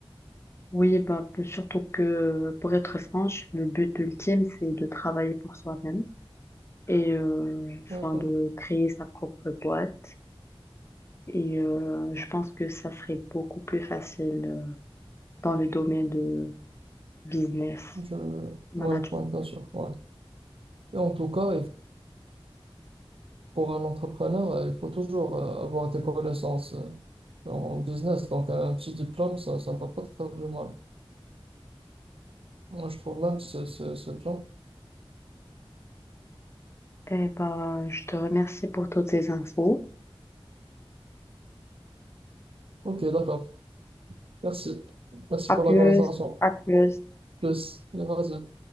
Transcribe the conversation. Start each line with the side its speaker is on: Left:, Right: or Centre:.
Left: Oui, bah, p- surtout que, pour être franche, le but ultime, c'est de travailler pour soi-même et euh, enfin,
Right: D'accord.
Left: de créer sa propre boîte. Et euh, je pense que ça serait beaucoup plus facile euh, dans le domaine de business
Right: Je...
Left: management.
Right: Ouais, ouais, bien sûr. Ouais. Et en tout cas, il pour un entrepreneur, euh, il faut toujours euh, avoir des connaissances euh, en business. Donc, un petit diplôme, ça, ça ne va pas te faire du mal. Moi, je trouve même que c'est c'est- c'est bien.
Left: Eh ben, je te remercie pour toutes ces infos.
Right: Ok, d'accord. Merci. Merci
Left: À
Right: pour
Left: plus,
Right: la conversation.
Left: à plus.
Right: Plus. Vas-y.